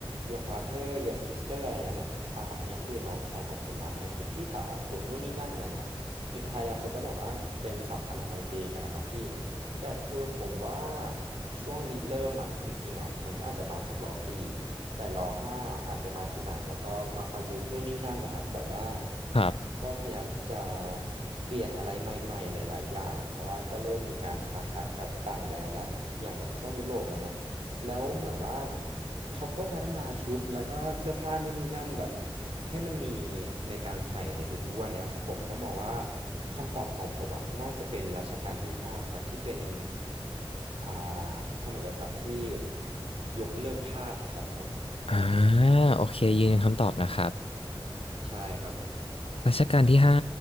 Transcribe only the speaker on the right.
your father your sister อะไรเงี้ยเหมือนอ่าอันเนี้ยคือน้องชายของคุณนะอันเนี้ยคือพี่สาวของคุณนู่นนี่นั่นอะไรเงี้ย สุดท้ายแล้วเขาก็แบบว่าเป็นสัมพันธไมตรีกันนะครับพี่แต่คือผมว่าช่วงริเริ่มอ่ะจริงๆอ่ะมันก็อาจจะมาจากรสี่แต่รห้าอาจจะมาทีหลังแล้วก็มาประยุกต์นู่นนี่นั่นนะครับแบบว่า
ก็พยายามที่จะเปลี่ยนอะไรใหม่ๆหลายๆอย่างเพราะว่าก็เริ่มมีการค้าขายกับต่างแดนและอย่างแบบช่วงยุโรปอะไรเงี้ยแล้วเหมือนว่าเขาก็พัฒนาชุดแล้วก็เสื้อผ้านู่นนี่นั่นแบบให้มันมีในการใส่ในทุกๆวันเนี้ยผมก็มองว่า ของผมอะน่าจะเป็นรัชกาลที่5ครับที่เป็นอ่าพระมหากษัตริย์ที่ยกเลิกทาสครับผม
ใช่ครับผม